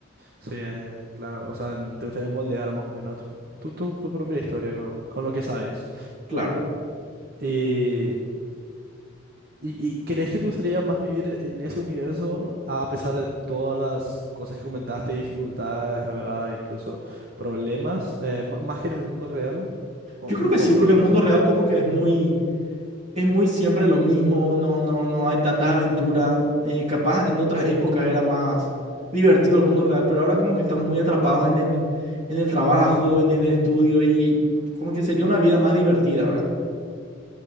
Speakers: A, on the right; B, on the right.
A: Sí, eh, claro, o sea, n- te gustaría moldear más o menos tu, tu, tu- tu propia historia con, con lo que sabes.
B: Claro.
A: y ¿Y, y crees que te gustaría más vivir en ese universo a pesar de todas las cosas que comentaste, dificultades, ¿verdad? Incluso problemas, eh, ma- más que en el mundo real? ¿O,
B: Yo creo
A: y
B: que
A: por
B: sí, porque
A: qué?
B: el mundo
A: O sea,
B: real como que es muy, es muy siempre lo mismo, no, no, no hay tantas aventuras. Eh, capaz en otras épocas era más divertido el mundo real, pero ahora como que estamos muy atrapados en el, en el trabajo, en el estudio y como que sería una vida más divertida, ¿verdad?